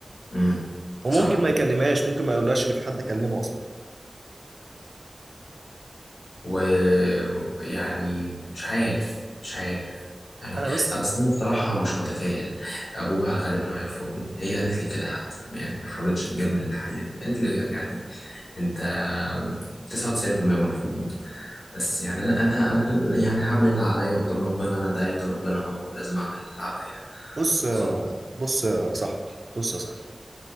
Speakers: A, on the left (about 80°); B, on the right (about 60°).
A: امم
B: وممكن
A: صح
B: ما يكلمهاش ممكن ما يقولهاش ان في حد كلمه اصلا
A: ويعني مش عارف مش عارف انا
B: انا بس
A: انا أصل أنا بصراحه مش متفائل ابوها غالبا هيرفضني هي قالت لي كده حتى يعني ما حاولتش تجمل الحقيقه دي قالت لي يعني انت 99% مرفوض بس يعني انا انا أنا يعني هعمل اللي عليا قدام ربنا انا دعيت ربنا اهو ولازم اعمل اللي عليا
B: بص يا-
A: وخلاص
B: بص يا صاحبي بص يا صاحبي